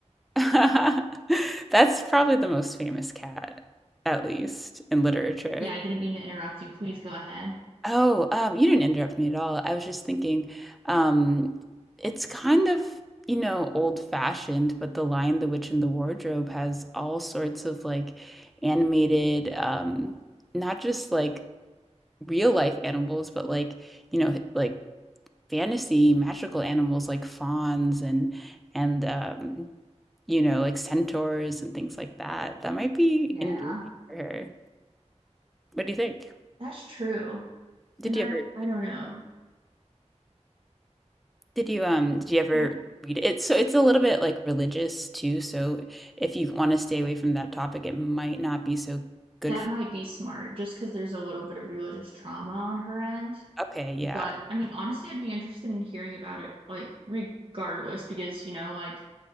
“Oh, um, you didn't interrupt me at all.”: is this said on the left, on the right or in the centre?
Centre